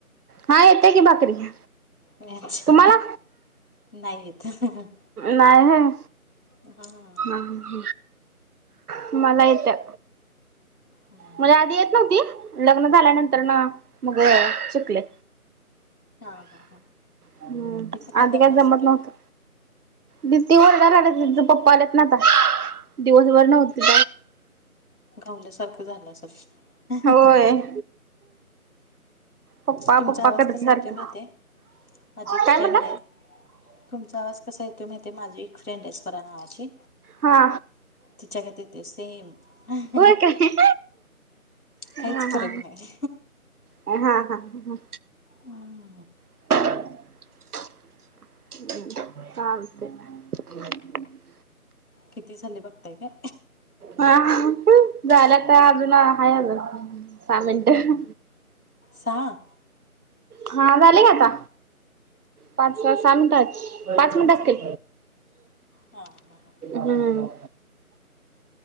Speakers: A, on the right (about 80°); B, on the left (about 75°).
A: हा येते की भाकरी.
B: अच्छा
A: तुम्हाला?
B: नाही येत.
A: नाही होय.
B: हा.
A: ह ह ह मला येत्या.
B: हम्म. <unintelligible>
A: मला आधी येत नव्हती लग्न झाल्यानंतर न मग शिकले.
B: हा हा हा
A: हम्
B: तिचा
A: आधी
B: दंगा
A: काय जमत
B: सुरू
A: नव्हतं.
B: आहे
A: दिदी ओरडायला लागलीया तिचं पप्पा आलेत ना आता दिवसभर नव्हतीत.
B: गावल्यासारखं झालं असल. हं हं हं
A: होय. पप्पा
B: तुमचा
A: पप्पा
B: आवाज
A: करत
B: कसा
A: सारखं
B: येतोय माहिती हाय, माझी एक फ्रेंड
A: काय म्हणला?
B: आहे तुमचा आवाज कसा येतोय माहिती हाय माझी एक फ्रेंड आहे स्वरा नावाची
A: हा
B: तिच्या गत येतोय सेम. हं हं
A: होय काय? हा
B: काहीच फरक
A: हा
B: नाही.
A: हा हा ह ह.
B: हम्म.
A: <inaudible> चालतंय.
B: किती झाले बघताय काय?
A: हा झाल्यात काय अजून हाय आजुन सहा मिनटं.
B: सहा?
A: हा झाले का आता पाच का सहा मिनिट आहेत पाच मिनिट असतील.
B: हा हा हा.
A: हम्म.